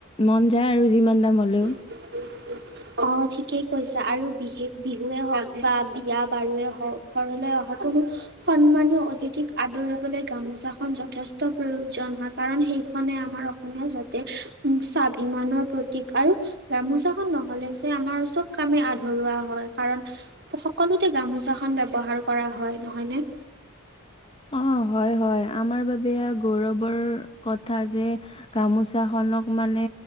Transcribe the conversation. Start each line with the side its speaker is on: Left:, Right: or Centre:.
Left: মন যায় আৰু যিমান দাম হ'লেও।
Right: <inaudible> অ', ঠিকেই কৈছা আৰু বিশেষ বিহুৱে হওক বা বিয়া বাৰুৱে হওক ঘৰলৈ অহা কোনো সন্মানীয় অতিথিক আদৰিবলৈ গামোচা খন যথেষ্ট প্ৰয়ো জন হয়, কাৰণ সেইখনে আমাৰ অসমীয়া জাতিৰ উ স্বাভিমানৰ প্ৰতীক। আৰু গামোচাখন নহ'লে যে আমাৰ চব কামে আধৰুৱা হয় কাৰণ সকলোতে গামোচাখন ব্যৱহাৰ কৰা হয়, নহয়নে।
Left: অ', হয়, হয় আমাৰ বাৱে এইয়া গৌৰৱৰ কথা যে, গামোচাখনক মানে,